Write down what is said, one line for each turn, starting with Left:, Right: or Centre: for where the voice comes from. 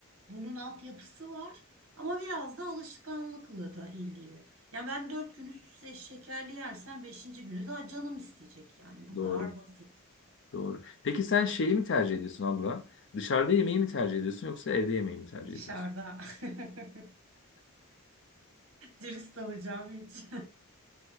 Right: Bunun altyapısı var ama biraz da alışkanlıkla da ilgili. Ya ben dört gün üst üste şekerli yersem beşinci günü daha canım isteyecek yani bu kadar
Left: Doğru.
Right: basit.
Left: Doğru. Peki sen şeyi mi tercih ediyorsun abla? Dışarıda yemeği mi tercih ediyorsun yoksa evde yemeği mi tercih
Right: Dışarıda.
Left: ediyorsun?
Right: <laughs> Dürüst olacağım hiç.